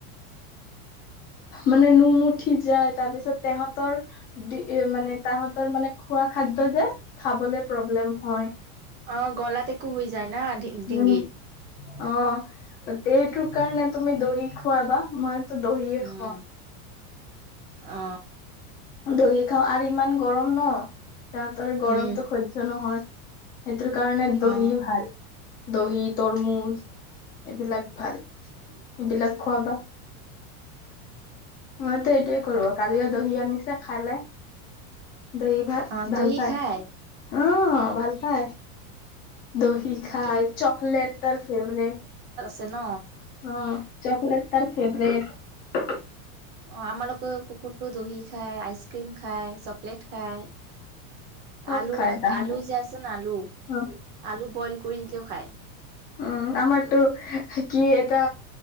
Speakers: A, on the left; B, on the right.
A: মানে নোম উঠি যায় তাৰ পিছত তাহতৰ মানে তাহতৰ মানে খোৱা খাদ্য যে খাবলে প্ৰব্লেম হয়
B: অ গলাত একো হৈ যায় না ডিংগিত
A: উম অ সেইটো কাৰণে তুমি দহি খুৱাবা মই তো দহিয়ে
B: উম
A: খোৱা
B: অ
A: দহি খাওঁ আৰু ইমান গৰম ন তাত আৰু গৰমটো
B: উম
A: সহ্য নহয় সেইটোৰ কাৰণে দহি
B: অ
A: ভাল দহি তৰমুজ এইবিলাক ভাল এইবিলাক খোৱাবা অ মইতো এইটোয়ে কৰো কালি আৰু দহি আনিছো খালে দহি ভাত
B: অ দহি
A: ভাল পায়
B: খাই
A: অ ভাল পাই দহি খায়
B: কি
A: চকলেট তাৰ ফেভৰেট
B: তে ন
A: অ চকলেট তাৰ ফেভৰেট
B: অ আমাৰালোক কুকুৰটো দহ খায় আইচক্ৰিম খাই চকলেট খায়
A: চব
B: আলো
A: খায় তাহাঁতে
B: আলো যে আছে ন আলু
A: অ
B: আলু বইল কৰি দিলেও খাই
A: উম আমাৰটো কি এটা